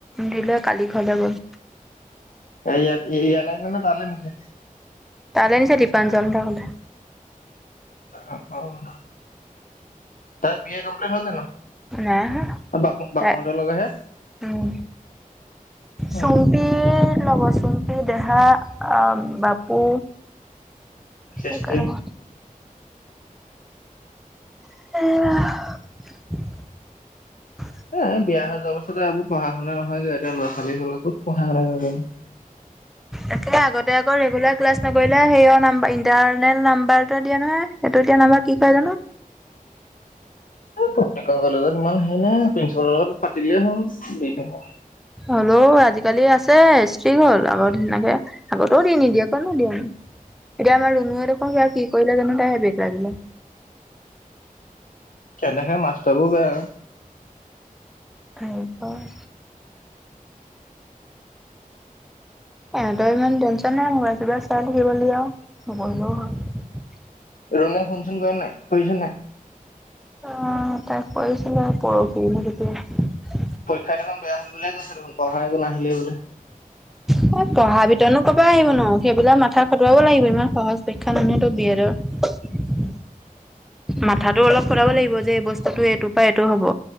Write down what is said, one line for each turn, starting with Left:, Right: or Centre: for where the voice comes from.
Centre: দিলে কালি ঘৰলৈ গ'ল।
Left: এইয়াত আনিলেনে তালে নিচে?
Centre: তালে নিচে দিপাঞ্জল হঁতৰ ঘৰলে।
Left: অ', অ', তাই বি এ কমপ্লেত হ'ল জানো।
Centre: নাই হোৱা
Left: বাপু বাপুহঁতৰ
Centre: তাক
Left: লগৰহে
Centre: উম।
Left: অ',
Centre: চুম্পী লগৰ চুম্পি দেহা আৰু বাপু।
Left: সৃষ্টি।
Centre: সেইকাৰণে এয়াহ
Left: এ বিয়া হৈ যোৱাৰ পাছত এই বোৰ পঢ়া শুনা নহয়গৈ, এতিয়া ল'ৰা ছালী হ'লে ক'ত পঢ়া শুনা
Centre: তাকে আগতে আকৌ ৰেগুলাৰ ক্লাছ নকৰিলে সেই নাম্বৰ ইন্টাৰনেল নাম্বাৰ এটা দিয়ে নহয়। টো দিয়া নম্বৰ কি কয় জানোঁ?
Left: প্ৰতিখন কলেজত ইমান হেৰি নাই প্ৰিন্ঞ্চিপালৰ লগত পাতিলেই হ'ল দি দিব।
Centre: হ'লেও আজিকালি আছে ষ্ট্ৰিং হ'ল আগৰ ধনাকে আগতেও দি নিদিয়ে কতনো দিয়ে। এতিয়া আমাৰ ৰুনুৱে দেখোন আৰু কি কৰিলে জানো তাইহে বেগ লাগিলে।
Left: সিহঁতৰ সেই মাষ্টাৰ বোৰ বেয়া।
Centre: আৰুপাৰ ইহঁতৰ ইমান টেনচন নাই মোবাইল চোবাই চাই থাকিব লাগে আৰু নপহিলেও হ'লেও হয়।
Left: ৰুণয়ে ফোনচোন কৰে নাই কৰিছে নাই?
Centre: অ' তাই কৰিছিলে পৰখি মোক তেতিয়া।
Left: পৰীক্ষাত দেখোন বেয়া হ'ল বুলিয়ে কৈছ দেখোন, পঢ়া একো নাহিলেই বোলে।
Centre: পঢ়া ভিতৰতো ক'ব আহিব ন সেইবিলাক মাথা খটুৱাব লাগিব। ইমান সহজ পৰিক্ষা নহয়টো বি এডৰ। <inaudible> মাথাটো অলপ খটাব লাগিব যে এই বস্তুটো এইটো পৰা এইটো হ'ব।